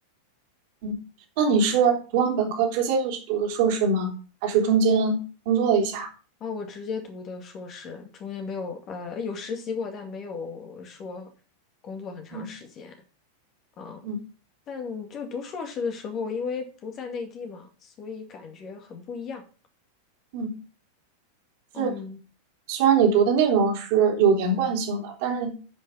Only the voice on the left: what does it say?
啊，我直接读的硕士，中间没有呃有实习过，但没有说工作很长时间。
嗯，
但就读硕士的时候，因为不在内地嘛，所以感觉很不一样。
嗯。